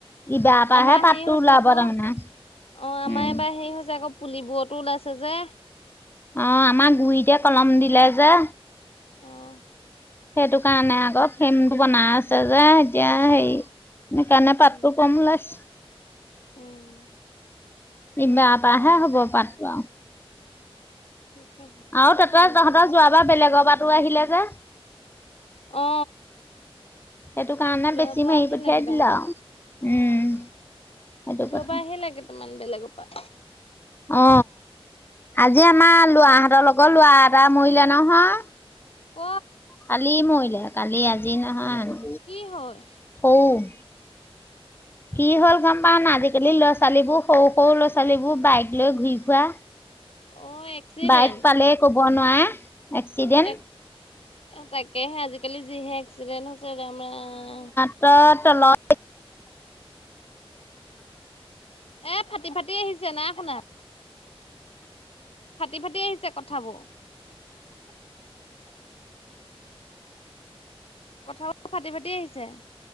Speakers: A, on the left; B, on the left.
A: ইবাৰ পৰাহে
B: আমাৰ
A: পাতটো
B: হেই হৈছে
A: ওলাব
B: আকৌ,
A: তাৰমানে
B: অ আমাৰ
A: উম
B: এইবাৰ হেই হৈছে আকৌ। পুলিবোৰতো ওলাইছে যে।
A: অ আমাৰ গুইটে কলম দিলে যে।
B: অ।
A: সেইটো কাৰণে আকৌ ফেমটো বনাই আছে যে এতিয়া হেই সেকাৰণে পাতটো
B: উম
A: কম ওলাইছে।
B: উম।
A: ইবাপাহে হ'ব পাতটো আও।
B: <unintelligible>
A: আৰু তাতে
B: আলু
A: তহঁতৰ
B: এটা লৈ আহক
A: যোৱাবাৰ বেলেগৰ পাতো আহিলে যে।
B: অ।
A: সেইটো কাৰণে
B: যোৱাবাৰ
A: বেছি মাৰি
B: আহিলে
A: পঠিয়াই
B: কেটামান,
A: দিলে আৰু
B: অ।
A: উম, সেইটো
B: যোৱাবাৰ
A: কথা
B: আহিলে কেটামান বেলেগৰ পা।
A: অ। আজি আমাৰ ল'ৰাহঁতৰ লগৰ ল'ৰা এটা মৰিলে নহয়।
B: ক
A: কালি মৰিলে, কালি, আজি নহয়।
B: কি হয়?
A: সৌ কি হ'ল গম পা না আজি-কালি ল'ৰা ছোৱালীবোৰ সৰু সৰু ল'ছালীবোৰ বাইক লৈ ঘূৰি ফুৰা
B: অ এক্সিডেণ্ট
A: বাইক পালেই ক'ব নোৱাৰে এক্সিডেণ্ট।
B: এক তাকেহে আজি-কালি যিহে এক্সিডেণ্ট হৈছে ৰাম! ৰাম!
A: ত তলত
B: এ ফাটি-ফাটি আহিছে নাই শুনা। ফাটি-ফাটি আহিছে কথাবোৰ। কথাবোৰ ফাটি-ফাটি আহিছে।